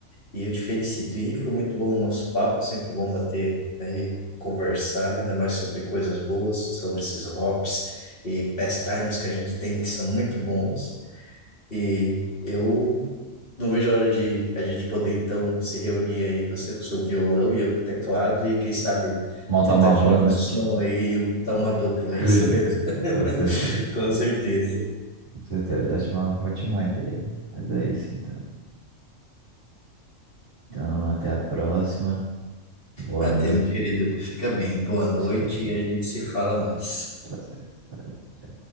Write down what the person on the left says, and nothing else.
E eu te felicito. E foi muito bom o nosso papo, sempre bom bater aí, conversar, ainda mais sobre coisas boas, sobre esses hops e pastimes que a gente tem que são muito bons. E eu não vejo a hora de a gente poder então se reunir aí, você com o seu violão e eu com o teclado, e quem sabe
tentar
tirar
um som aí e montar uma dupla.
É Isso mesmo,
<laughs> com certeza.
Até,
meu querido, fica bem, boa noite
e a gente se fala mais.